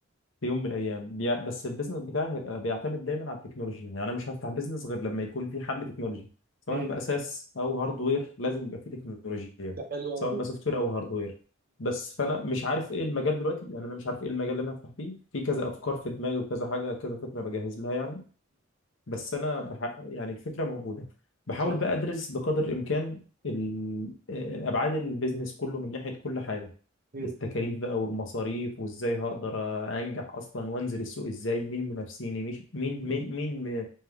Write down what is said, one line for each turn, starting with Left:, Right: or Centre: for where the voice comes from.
Left: في يوم من الايام بيع- بس البيزنس بتاعي هيبقى بيعتمد دايما على التكنولوجيا يعني انا مش هفتح بيزنس غير لما يكون في حل تكنولوجي سواء
Right: ايه
Left: باساس او هاردوير لازم يبقى في تكنولوجيا
Right: ده حلو
Left: سواء
Right: قوي
Left: بقى سوفت وير او هاردوير بس فانا مش عارف ايه المجال دلوقتي يعني انا مش عارف ايه المجال اللي انا هفتح فيه في كذا افكار في دماغي وكذا حاجه كذا فكره بجهز لها يعني بس انا بح... يعني الفكره موجوده بحاول
Right: صح
Left: بقى ادرس بقدر الامكان ال- آه، ابعاد البيزنس كله من ناحيه كل حاجه
Right: مم.
Left: التكاليف بقى والمصاريف وازاي هقدر انجح اصلا وانزل السوق ازاي مين منافسيني مش مين
Right: مم.
Left: مين مين